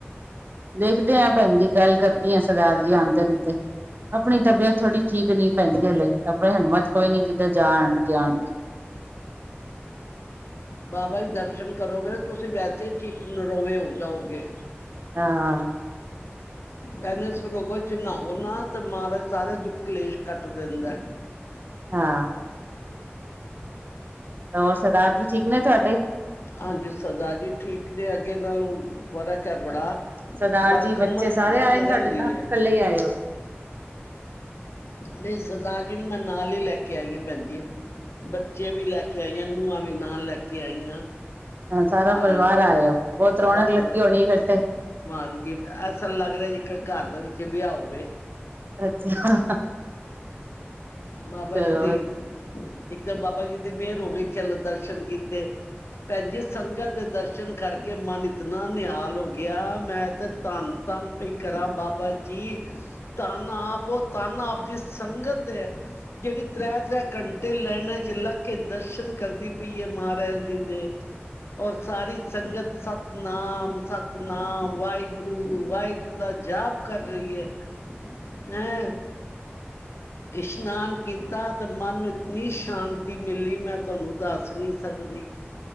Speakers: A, on the right (about 50°); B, on the left (about 75°).
A: ਦੇਖਦੇ ਆਂ ਭੈਨ ਜੀ ਗੱਲ ਕਰਦੀ ਆਂ ਸਰਦਾਰ ਜੀ ਔਂਦੇ ਨੂੰ ਤੇ, ਆਪਨੀ ਤਬੀਅਤ ਥੋੜ੍ਹੀ ਠੀਕ ਨੀ ਭੈਨ ਜੀ ਹਲੇ ਆਪਨੀ ਹਿੰਮਤ ਕੋਈ ਨੀ ਕਿਤੇ ਜਾਨ-ਜਾਨ ਦੀ।
B: ਬਾਬਾ ਜੀ ਦਰਸ਼ਨ ਕਰੋਗੇ ਤੁਸੀਂ ਵੈਸੇ ਠੀਕ ਨਰੋਵੇ ਹੋ ਜਾਓਗੇ।
A: ਹਾਂ।
B: ਕੈਂਦੇ ਸਰੋਵਰ ਚ ਨਾਓ ਨਾ ਤੇ ਮਹਾਰਾਜ ਸਾਰੇ ਦੁੱਖ ਕਲੇਸ਼ ਕੱਟ ਦਿੰਦੈ।
A: ਹਾਂ ਹੋਰ ਸਰਦਾਰ ਜੀ ਠੀਕ ਨੇ ਤੁਹਾਡੇ
B: ਹਾਂਜੀ ਸਰਦਾਰ ਜੀ ਠੀਕ ਨੇ ਅੱਗੇ ਨਾਲੋਂ ਫ਼ਰਕ ਹੈ ਬੜਾ
A: ਸਰਦਾਰ
B: ਪਰ
A: ਜੀ
B: ਕਮਰ
A: ਬੱਚੇ ਸਾਰੇ
B: ਚ ਦਰਦ
A: ਆਏ
B: ਰਹਿੰਦੀ
A: ਨੇ ਤੁਹਾਡੇ ਨਾਲ
B: ਨੇ
A: ਕੱਲੇ ਹੀ ਆਏ ਹੋ
B: ਨਹੀਂ ਸਰਦਾਰ ਜੀ ਨੂੰ ਮੈਂ ਨਾਲ ਹੀ ਲੈ ਕੇ ਆਈ ਭੈਣ ਜੀ ਬੱਚੇ ਵੀ ਲੈ ਕੇ ਜਾਈਆਂ ਨੂੰ ਵੀ ਨਾਲ ਲੈ ਕੇ ਆਈ ਹਾਂ
A: ਹਾਂ ਸਾਰਾ ਪਰਿਵਾਰ
B: ਹਾਂ
A: ਆਇਓ ਬਹੁਤ
B: ਸਾਰਾ
A: ਰੌਣਕ ਲੱਗੀ
B: ਪਰਿਵਾਰ
A: ਹੋਣੀ ਫੇਰ ਤੇ
B: ਮਾਨ ਜੀ ਐਸਾ ਲੱਗਦਾ ਜੇ ਘਰ ਦੇ ਵਿੱਚ ਵਿਆਹ ਹੋਵੇ
A: ਅੱਛਾ
B: ਬਾਬਾ
A: ਚਲੋ
B: ਜੀ ਦੀ ਇੱਕਦਮ ਬਾਬਾ ਜੀ ਦੀ ਮਿਹਰ ਹੋ ਗਈ ਚਲੋ ਦਰਸ਼ਨ ਕੀਤੇ ਭੈਣ ਜੀ ਸੰਗਤ ਦੇ ਦਰਸ਼ਨ ਕਰਕੇ ਮਨ ਇਤਨਾ ਨਿਹਾਲ ਹੋ ਗਿਆ ਮੈਂ ਤੇ ਧਨ ਧੰਨ ਪੀ ਕਰਾਂ ਬਾਬਾ ਜੀ ਧੰਨ ਆਪ ਉਹ ਧੰਨ ਆਪ ਦੀ ਸੰਗਤ ਤੇ ਜਿਹੜੀ ਤ੍ਰੈ ਤ੍ਰੈ ਘੰਟੇ ਲਾਈਨਾਂ 'ਚ ਲੱਗ ਕੇ ਦਰਸ਼ਨ ਕਰਦੀ ਪਈ ਹੈ ਮਹਾਰਾਜ ਜੀ ਦੇ ਔਰ ਸਾਰੀ ਸੰਗਤ ਸਤਨਾਮ ਸਤਨਾਮ ਵਾਹਿਗੁਰੂ ਵਾਹਿਗੂ ਗੁਰੂ ਦਾ ਜਾਪ ਕਰ ਰਹੀ ਹੈ
A: <inaudible>
B: ਹੈਂ ਇਸ਼ਨਾਨ ਕੀਤਾ ਤੇ ਮਨ ਨੂੰ ਇਤਨੀ ਸ਼ਾਂਤੀ ਮਿਲੀ ਮੈਂ ਤੁਹਾਨੂੰ ਦੱਸ ਨੀ ਸਕਦੀ